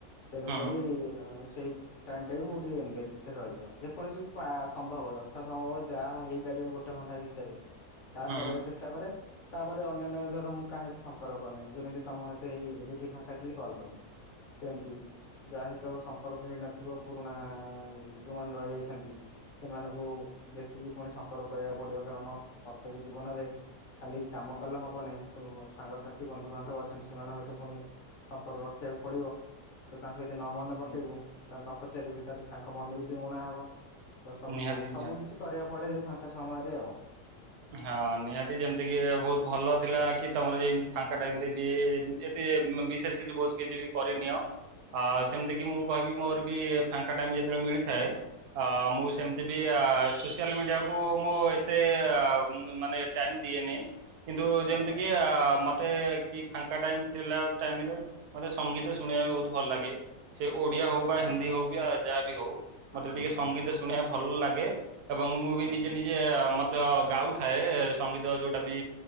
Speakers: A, on the left; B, on the right.
A: ତେଣୁକରି
B: ହୁଁ
A: ହଁ ସେଇ ଟାଇମ ଟା ବି ମୁଁ ଟିକେ ଏଙ୍ଗଗେଜ୍ ଭିତରେ ରହିଯାଏ ଯେକୌଣସି ପା ସମ୍ଭବ ଯଥା ସମ୍ଭବ ଯାହା ହେଇପାରିବ ଗୋଟେ ଘଣ୍ଟା ଭି ତ ରେ ତାହା
B: ହୁଁ
A: କରିବାକୁ ଚେଷ୍ଟା କରେ। ତାପରେ ଅନ୍ୟାନ୍ୟ ଧର ମୁଁ କାହାହିତ ସମ୍ପର୍କ କରିନି ଯେମିତି ତମ ହତ ଏଇ ଭିଡିଓ ଫାଙ୍କା ଥିଲିକଲ୍ କଲି। ସେମତି ଯାହା ହିତ ସମ୍ପର୍କ ହେଇନଥିବ ପୁରୁଣା ଯୋଉମାନେ ରହିଯାଇଛନ୍ତି। ସେମାନଙ୍କୁ ଦେଖିକି ପୁଣି ସମ୍ପର୍କ କରିବାକୁ ପଡିବ କାରଣ ପ୍ରତ୍ୟେକ ଜୀବନରେ ଖାଲି କାମ କଲେ ହବନିଁ ପୁଣି ସାଙ୍ଗସାଥି ବନ୍ଧୁବାନ୍ଧବ ଅଛନ୍ତି ସେମାନେ ହତ ପୁଣି ସମ୍ପର୍କ ରଖିବାକୁ ପଡିବ। ତ ତାଙ୍କୁ ଏଦି ନ ମନେ ପକେଇବୁ
B: ହୁଁ
A: ତା ନ ପଚାରିବୁ ତାହେଲେ ତାଙ୍କ ମନ ବି ଟିକେ ଉଣାହବ। ତ ସବୁ
B: ନିହାତି
A: ସବୁ
B: ନିହାତି।
A: କିଛି କରିବାକୁ ପଡେ ଯୋ ଫାଙ୍କା ସମୟରେ ଆଉ।
B: ହଁ ନିହାତି ଯେମିତି କି ବହୁତ ଭଲ ଥିଲା କି ତମର ଯ ଫାଙ୍କା ଟାଇମ ରେ ବି ଏତ ବିଶେଷ କିଛି ବହୁତ କିଛି ବି କରିନିଅ। ଆଉ ସେମିତି କିି ମୁଁ କହିବି ମୋର ବି ଫାଙ୍କା ଟାଇମ ଯେତେବେଳେ ମିଳିଥାଏ ଅ ମୁଁ
A: ହୁଁ
B: ସେମିତି ବି ସୋସିଆଲ ମିଡିଆକୁ ମୁଁ ଏତେ ମାନେ ଟାଇମ ଦିଏନି କିନ୍ତୁ ଯେମିତି
A: ଆଚ୍ଛା
B: କି ଆ ମ ମତେ କି ଫାଙ୍କା ଟାଇମ୍ ଥିଲା ଟାଇମ୍ ରେ ମୋତେ ସଙ୍ଗୀତ ଶୁଣିବା କୁ ବୋହୁତ୍ ଭଲ ଲାଗେ। ସେ ଓଡିଆ ହଉ ବା
A: ହଁ।
B: ହିନ୍ଦୀ ହଉ, କି ବା ଯାହାବି ହଉ,
A: ହଁ
B: ମତେ ଟିକେ
A: ହଁ
B: ସଙ୍ଗୀତ ଶୁଣିବା ଭଲ ଲାଗେ। ଏବଂ ମୁଁ ବି
A: ହଁ
B: ନିଜେ ନିଜ ଇଏ ମତେ ଗାଉଥାଏ ସଙ୍ଗୀତ ଯୋଉଟା ବି